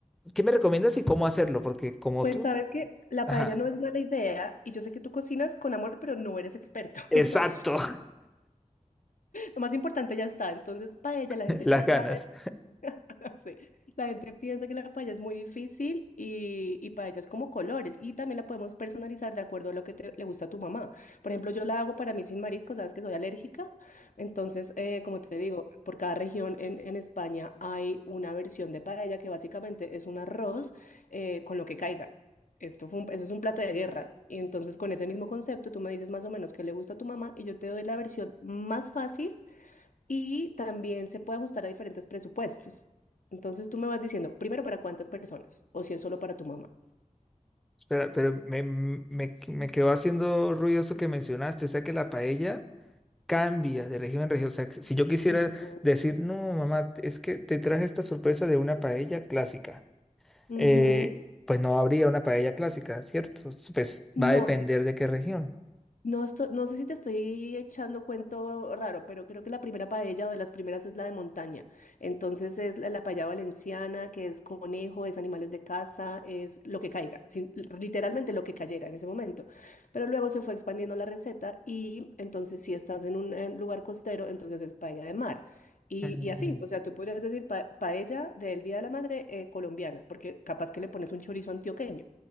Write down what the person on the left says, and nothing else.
Pues
sabes que la
paella no es mala idea y yo sé que tú cocinas con amor, pero no eres experto.
<laughs> Lo más importante ya está. Entonces, paella,
la gente
piensa
<laughs> Sí. La gente piensa que la paella es muy difícil y, y paella es como colores y también la podemos personalizar de acuerdo a lo que te- le gusta a tu mamá. Por ejemplo, yo la hago para mí sin marisco, sabes que soy alérgica. Entonces, eh, como te digo, por cada región en, en España hay una versión de paella que básicamente es un arroz eh, con lo que caiga. Esto fue un- eso es un plato de guerra. Y entonces con ese mismo concepto tú me dices más o menos qué le gusta a tu mamá y yo te doy la versión más fácil y también se puede ajustar a diferentes presupuestos. Entonces tú me vas diciendo, primero para cuántas personas o si es solo para tu mamá.
Ujú.
Ujú.
No,
No, esto- no sé si te estoy echando cuento raro, pero creo que la primera paella o de las primeras es la de montaña. Entonces es la, la paella valenciana, que es conejo, es animales de casa, es lo que caiga, sin- literalmente lo que cayera en ese momento. Pero luego se fue expandiendo la receta y entonces si estás en un eh, lugar costero, entonces es paella de mar. Y,
y así, o sea, tú podrías decir pa- paella del Día de la Madre eh, colombiana, porque capaz que le pones un chorizo antioqueño,